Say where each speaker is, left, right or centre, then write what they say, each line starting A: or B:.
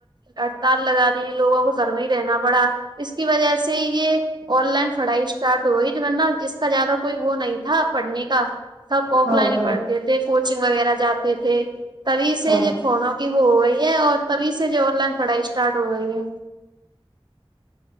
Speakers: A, on the right; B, on the right.
A: ہڑتال لگات دی ہیں لوگوں کو گھر میں ہی رہنا پڑا اس کی وجہ سے یہ آن لائن پڑھائی اسٹارٹ ہو رہی ورنہ اس کا زیادہ کوئی وہ نہیں تھا پڑھنے کا سب آف
B: ہاں
A: لائن ہی
B: ہاں
A: پڑھتے تھے کوچنگ وغیرہ جاتے تھے تبھی سے
B: ہاں
A: جو فونوں کی وہ ہو رہی ہے اور تبھی سے جو آن لائن پڑھائی اسٹارٹ ہو رہئی ہے